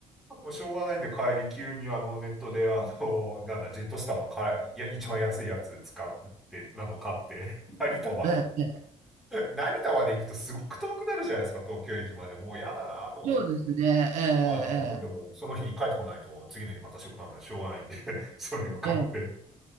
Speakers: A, in the centre; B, on the right (about 75°).
A: あ、もうしょうがないんで帰り急にあのネットであの、なんだ、ジェットスターのから、いや、一番安いやつ使って、なの買って、<laughs> 成田まで行っ
B: ええええ
A: て、成田まで行くとすごく遠くなるじゃないですか、東京駅まで。もう嫌だなと思って。
B: そうですね。ええ
A: まあ、もうでも、その日に帰ってこないと、次の日また仕事なんでしょうがないんで <laughs> それを買って。
B: ええええ